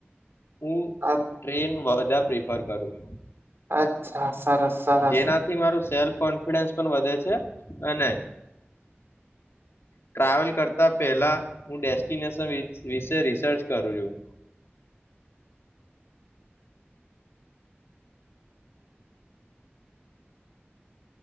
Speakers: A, on the left; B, on the right.
A: ઉ
B: અ
A: ટ્રેન વ. ધા પ્રિફર કરું. છું
B: અચ્છા. સરસ સરસ-.
A: જેનાથી
B: -
A: મારું સેલ્ફ કોન્ફિડન્સ પણ વધે છે. અને ટ્રાવેલ કરતા પહેલા હું ડેસ્ટિનેશન વિશ વિશે રિસર્ચ કરું છું..